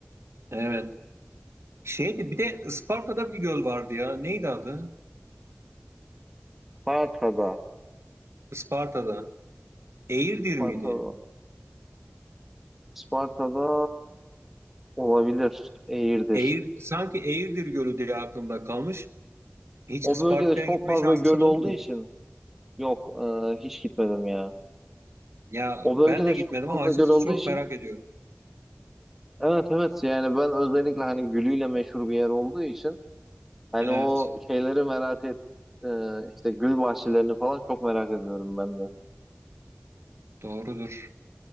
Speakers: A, on the right (about 85°); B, in the centre.
A: Evet. Şeydi bir de Isparta'da bir göl vardı ya. Neydi adı?
B: Sparta'da,
A: Isparta'da. Eğirdir
B: Sparta'da,
A: miydi?
B: Sparta'da Olabilir. Eğirdir.
A: Eğir, sanki Eğirdir Gölü diye aklımda kalmış. Hiç
B: O
A: Isparta'ya
B: bölgede çok
A: gitme
B: fazla
A: şansın
B: göl
A: oldu
B: olduğu
A: mu?
B: için yok e, hiç gitmedim ya.
A: Ya
B: O bölgede
A: ben de gitmedim
B: çok fazla
A: ama açıkçası
B: göl olduğu
A: çok
B: için
A: merak ediyorum.
B: evet evet yani ben özellikle hani gülüyle meşhur bir yer olduğu için hani
A: Evet,
B: o şeyleri merak et e, işte gül bahçelerini falan çok merak ediyorum ben de.
A: doğrudur.